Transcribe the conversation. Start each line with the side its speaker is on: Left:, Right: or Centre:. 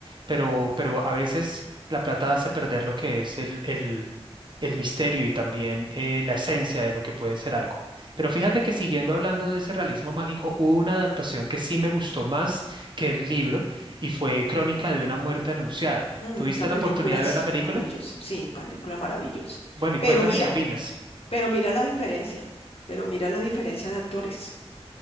Right: pero, pero a veces la plata hace perder lo que es el, el, el misterio y también eh, la esencia de lo que puede ser algo. Pero fíjate que siguiendo hablando de ese realismo mágico, hubo una adaptación que sí me gustó más que el libro y fue Crónica de una muerte anunciada.
Left: Mm,
Right: ¿Tuviste
Left: esa película
Right: la oportunidad
Left: es
Right: de ver la película?
Left: maravillosa, sí, película maravillosa.
Right: Bueno, y cuéntame
Left: Pero mira,
Right: qué opinas.
Left: pero mira la diferencia, pero mira la diferencia de actores.